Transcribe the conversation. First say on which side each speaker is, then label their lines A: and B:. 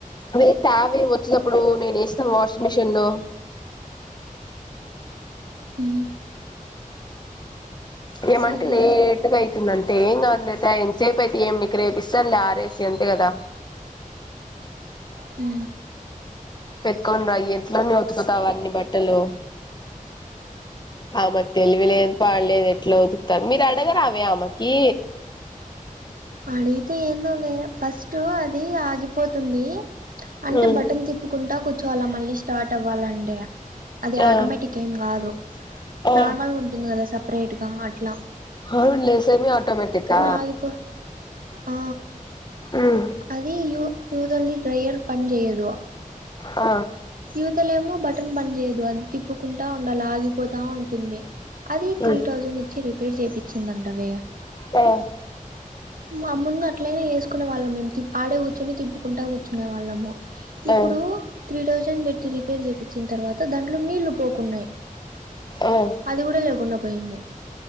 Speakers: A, on the left; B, on the right.
A: వే త్యావే <unintelligible> ప్పుడు నేను వేస్తాం వాషింగ్ మిషిన్ లో
B: హు
A: ఏమంట
B: సర్లే
A: లే <unintelligible> ఏం కాదులే ఎం సేపు అయితే ఏం నీకు రేపి ఇస్తా లే ఆరేసి అంతే కదా,
B: హు
A: <unintelligible> ఎట్లా అన్ని ఉతుకుతావు అన్ని బట్టలు, ఆమెకు తెలివిలేదు పాడులేదు ఎట్లా ఉతుకుతానదో మీరు అడగరా అవ ఆమెకి,
B: అడిగితే ఏందో వే ఫస్ట్ అది ఆగిపోతుంది. అంటే
A: ఉమ్
B: బటన్ తిప్పుకుంట కూర్చోవాల మళ్ళీ స్టార్ట్ అవ్వాలంటే, అది
A: ఆ
B: ఆటోమేటిక్ ఏం కాదు
A: ఆ
B: నార్మల్గ ఉంటుంది. కదా సపరేట్గా అట్ల
A: అవునులే సెమి ఆటోమేటికా,
B: ఆగిపో ఆ
A: ఉమ్
B: అది <unintelligible> డ్రయర్ పన్చేయదు
A: ఆ
B: యువతల ఏమో బటన్ పని చేయదు అది తిప్పుకుంటా ఉండాలి ఆగిపోతా ఉంటుంది. అది త్రీ
A: ఉమ్
B: థౌజండ్ ఇచ్చి రిపేర్ చే <unintelligible> చిందంటవే,
A: ఆ
B: మా ముందు అట్లయినా చేసుకునే వాళ్ళం మేము అడే కూర్చోని తిప్పుకుంటా కూర్చునే వాళ్ళము
A: ఆ
B: ఇప్పుడు త్రీ థౌజండ్ పెట్టి రిపేర్ చేపించిన తర్వాత దాంట్లో నీళ్లు పోకున్నాయి
A: ఆ
B: అది కూడా లేకుండా పోయింది